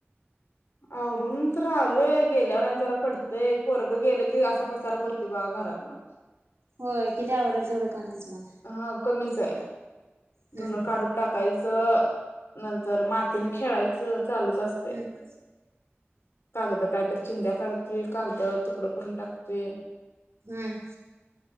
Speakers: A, on the left (about 65°); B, on the right (about 70°).
A: आवरून तर आलोय गेल्यावर आणि जरा पडतंय पोरगं गेलं की असा पसारा करतय बघा घरातन
B: हो किती आवरल तेवढं कमीच मग
A: हा कमीचय
B: हम्म
A: धुणं काढून टाकायचं नंतर मातीन खेळायचं चालूच असतय
B: हम्म हम्म
A: कागद काय तरी चिंद्या काढतोय कागद तु तुकड करून टाकतोय
B: हम्म